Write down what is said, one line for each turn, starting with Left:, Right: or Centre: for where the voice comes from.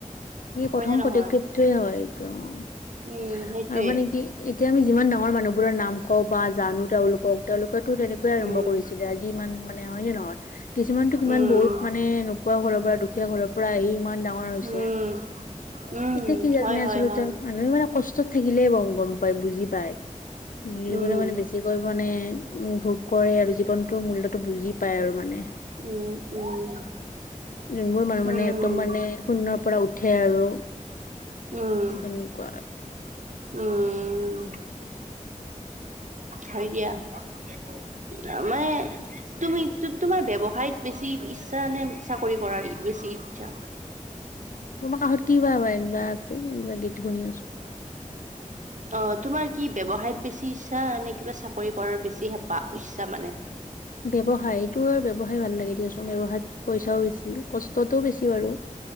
Left: সেয়ে প্ৰথম
Right: হয় নে
Left: পদক্ষেপটোৱে
Right: নহয়?
Left: হয়, এইটো অ',
Right: উম, সেইটোৱে।
Left: আৰু মানে কি এতিয়া আমি যিমান ডাঙৰ মানুহবোৰৰ নাম কওঁ বা জানোঁ, তেওঁলোকক। তেওঁলোকেতো তেনেকুৱেই আৰম্ভ
Right: উম,
Left: কৰিছিলে, আজি ইমান মানে হয়, নে নহয়? কিছুমানতো কিমান
Right: উম,
Left: বহুত মানে <unintelligible> ঘৰৰ পৰা দুখীয়া ঘৰৰ পৰা আহি ইমান ডাঙৰ ৰ হৈছে,
Right: উম, উম,
Left: এতিয়া কি
Right: হয়,
Left: আচলতে
Right: হয়, হয়।
Left: মানুহে মানে কষ্ট ত' থাকিলে গম পায়, বুজি পায়, গিৰিবলৈ
Right: উম,
Left: মানে বেছিকৈ মানে কৰে আৰু জীৱনটোৰ মূল্যটো বুজি পায় আৰু মানে।
Right: উম, উম।
Left: যোনবোৰ মানুহ মানে
Right: উম,
Left: একদম মানে শূন্যৰ পৰা উঠে আৰু।
Right: উম,
Left: তেনেকুৱা
Right: উম। হয় দিয়া। <unintelligible> তুমি, তোমাৰ ব্যৱসায়ত বেছি ইচ্ছানে চাকৰি কৰাত বেছি ইচ্ছা?
Left: তোমাৰ কাষত কিবা হৈ বা আছে কিবা গীত শুনি আছো
Right: অ', তোমাৰ কি ব্যৱসায়ত বেছি ইচ্ছা, নে কিবা চাকৰি কৰাৰ বেছি হেঁপাহ ইচ্ছা মানে?
Left: ব্যৱসায় এইটো আৰু ব্যৱসায় ভাল লাগে দিয়াচোন। ব্যৱসায়ত পইচাও বেছি, কষ্টটোও বেছি বাৰু।